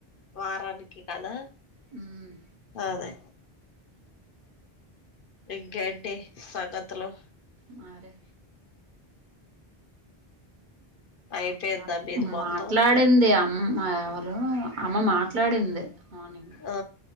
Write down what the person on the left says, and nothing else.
వారానికి కదా
అదే ఇంకేంటి సంగతులు
అయిపోయిందా
మీది మొత్తం
ఆ